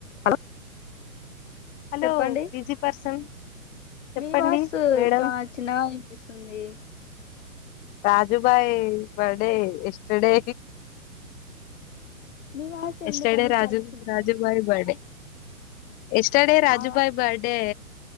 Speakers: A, on the left (about 55°); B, on the left (about 20°).
A: హలో
B: హలో
A: చెప్పండి
B: బిజీ పర్సన్ చెప్పండి
A: మీ వాయిస్
B: మేడం
A: చానా చిన్నగా వినిపిస్తుంది
B: రాజుభాయ్ బర్డే ఎస్టర్డే
A: మీ వాయిస్
B: ఎస్టర్డే
A: ఎందుకండి
B: రాజు
A: చాలా చిన్నగా
B: రాజుభాయి బర్డే
A: ఉంది
B: ఎస్టర్డే రాజుభాయ్
A: ఆ
B: బర్డే